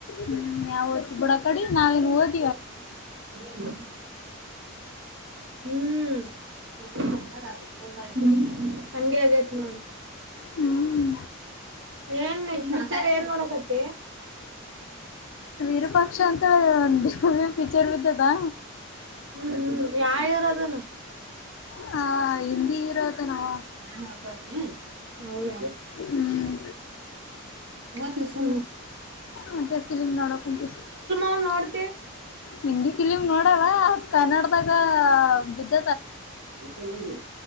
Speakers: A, on the left (about 65°); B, on the right (about 55°).
A: ಹ್ಮ್ ಯಾವ ಓದ್ತಿ ಬಿಡ ಆಕಡೆ ನಾವೇನು ಓದ್
B: ಹ್ಮ. <unintelligible> ಹಂಗಗೆ ಆಗೇತ್ ನೋಡು
A: ಹ್ಮ್
B: ಏನ್ ಪಿಚರ್ ಏನ್ ನೋಡಕತ್ತ
A: ಇ ಪಕ್ಷ ಅಂತ ಒ ದ ಪಚರ್್ದದಾ
B: ಹ್ಮ್ ಹ್ಮ್ ಯಾವವರು ಅದನು
A: ಹ ಹಿಂದಿ ಇರೋದು ನಾವ
B: ನಾನೋಗ
A: ಹ್ಮ್
B: ಹತ್ತು ಸು
A: ಮತ್ತೆ ಫಿಲಿಮ್ ನೋಡಕ್ ಉಂಟು
B: ಅವ್ ನೋಡ್ತಿ
A: ಹಿಂದಿ ಫಿಲಿಮ್ ನೋಡವಾ ಕನ್ನಡದಾಗ ಬಿದ
B: ರು